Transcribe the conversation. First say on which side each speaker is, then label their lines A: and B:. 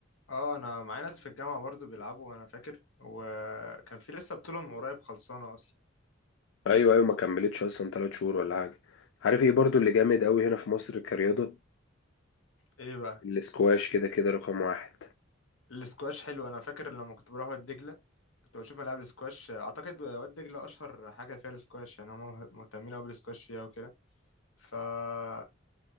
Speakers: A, on the left; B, on the left.
A: اه انا معايا ناس في الجامعة برضو بيلعبوا انا فاكر وكان في لسه بطولة من قريب خلصانة اصلا
B: ايوه ايوه ما كملتش اصلا ثلاث شهور ولا حاجه عارف ايه برضو اللي جامد قوي هنا في مصر كرياضه
A: ايه بقى
B: الاسكواش كده كده رقم واحد
A: السكواش حلو انا فاكر لما كنت بروح واد دجله كنت بشوف العاب السكواش اعتقد واد دجله اشهر حاجه فيها السكواش يعني هم مهتمين قوي بالسكواش فيها وكده فكنت